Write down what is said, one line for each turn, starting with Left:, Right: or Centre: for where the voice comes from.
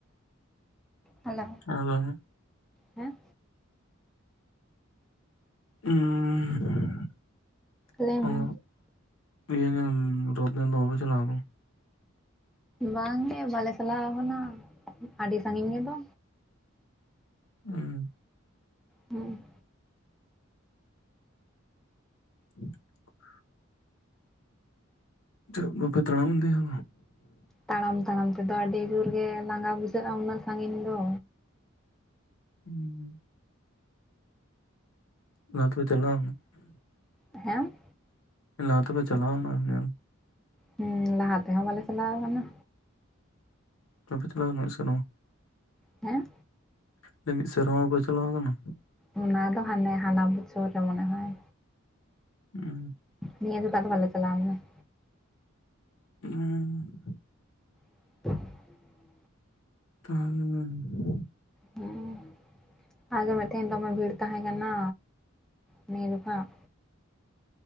Centre: ᱦᱮᱞᱳ᱾
Left: ᱦᱮᱸ ᱞᱟᱹᱭ ᱢᱮ᱾
Centre: ᱦᱮᱸ?
Left: <inaudible>
Centre: ᱞᱟᱹᱭ ᱢᱮ
Left: ᱤᱭᱟᱹ ᱧᱮᱞ ᱨᱚᱛ ᱧᱮᱞ ᱫᱚ ᱵᱟᱯᱮ ᱪᱟᱞᱟᱣ ᱠᱟᱱᱟ?
Centre: ᱵᱟᱝ ᱜᱮ ᱵᱟᱞᱮ ᱪᱟᱞᱟᱣ ᱠᱟᱱᱟ, ᱟᱹᱰᱤ ᱥᱟᱺᱜᱤᱧ ᱜᱮᱫᱚ᱾
Left: ᱩᱸ᱾
Centre: ᱦᱩᱸ᱾
Left: <inaudible> ᱪᱮᱫᱠᱟ ᱯᱮ ᱛᱟᱲᱟᱢ ᱤᱫᱤᱭᱟ᱾
Centre: ᱛᱟᱲᱟᱢ ᱛᱟᱲᱟᱢ ᱛᱮᱫᱚ ᱟᱰᱤ ᱡᱩᱨ ᱜᱮ ᱞᱟᱸᱜᱟ ᱵᱩᱡᱷᱟᱹᱜ-ᱟ, ᱩᱱᱟᱹᱜ ᱥᱟᱺᱜᱤᱧ ᱫᱚ᱾
Left: ᱦᱩᱸ᱾ ᱚᱱᱟ ᱛᱮᱯᱮ ᱪᱟᱞᱟᱣᱱᱟ᱾
Centre: ᱦᱮᱸ᱾
Left: ᱞᱟᱦᱟ ᱛᱮ ᱯᱮ ᱪᱟᱞᱟᱣᱱᱟ ᱧᱮᱞ᱾
Centre: ᱦᱮᱸ, ᱞᱟᱦᱟ ᱛᱮᱦᱚᱸ ᱵᱟᱞᱮ ᱪᱟᱞᱟᱣ ᱠᱟᱱᱟ᱾
Left: ᱵᱟᱯᱮ ᱪᱟᱞᱟᱣ ᱠᱟᱱᱟ ᱢᱤᱫ ᱥᱮᱨᱢᱟ?
Centre: ᱦᱮᱸ᱾
Left: ᱢᱤᱱ ᱥᱮᱨᱢᱟ ᱯᱮ ᱪᱟᱞᱟᱣ ᱠᱟᱱᱟ?
Centre: ᱚᱱᱟ ᱫᱚ ᱦᱟᱱᱮ ᱦᱟᱱᱟ ᱵᱚᱪᱷᱚᱨ ᱨᱮ ᱢᱚᱱᱮ ᱦᱚᱭ᱾
Left: ᱦᱩᱸ᱾
Centre: ᱱᱤᱭᱟᱹ ᱡᱚᱠᱷᱟᱱ ᱫᱚ ᱵᱟᱞᱮ ᱪᱟᱞᱟᱣ ᱞᱮᱱᱟ ᱾
Left: ᱦᱩᱸ᱾
Centre: <inaudible>
Left: <unintelligible> ᱦᱩᱸ᱾
Centre: ᱦᱩᱸ᱾ ᱟᱡᱚᱢᱮᱫ ᱛᱟᱦᱮᱧ ᱫᱚᱢᱮ ᱵᱷᱤᱲ ᱛᱟᱦᱮᱸ ᱠᱟᱱᱟ ᱱᱤᱭᱟᱹ ᱡᱚᱠᱷᱟᱜ᱾